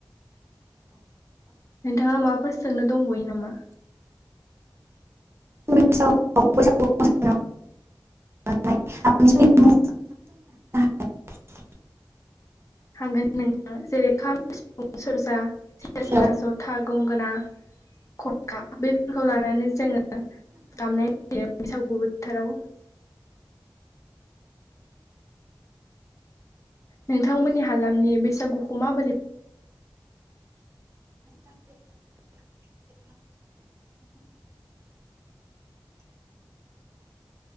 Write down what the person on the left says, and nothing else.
नोंथाङा माबाफोर सोंनो दंबयो नामा
हागोन नोंथां जेरै खाम, सिफुं, सेरजा सेरजा,
जथा <unintelligible> गंगोना, खखा बेफोरखौ लानानै जोङो दामनाय जायो बैसागु बोथोराव नोंथांमोननि हालामनि बैसागुखौ माबोरै